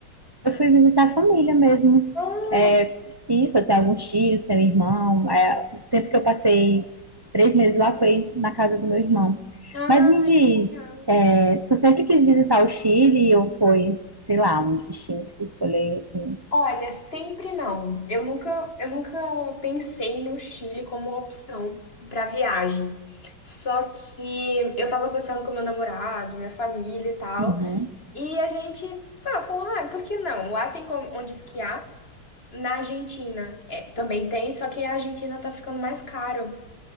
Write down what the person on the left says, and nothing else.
Ah,
Ai,
que legal.
Olha, sempre não. Eu nunca, eu nunca pensei no Chile como opção para viagem. Só que eu tava conversando com meu namorado, minha família e tal,
e a gente fa- falou, ah, por que não? Lá tem como- onde esquiar. Na Argentina é, também tem, só que a Argentina tá ficando mais caro,